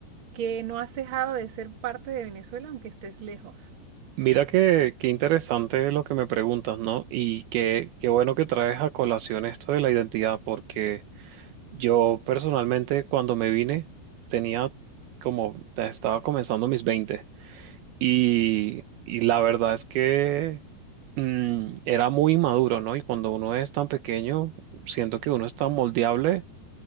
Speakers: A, on the right; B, on the right.
A: que no has dejado de ser parte de Venezuela aunque estés lejos.
B: Mira qué, qué interesante lo que me preguntas, ¿no? Y qué, qué bueno que traes a colación esto de la identidad, porque yo personalmente cuando me vine tenía como, te- estaba comenzando mis 20 y, y la verdad es que mm, era muy maduro, ¿no? Y cuando uno es tan pequeño, siento que uno es tan moldeable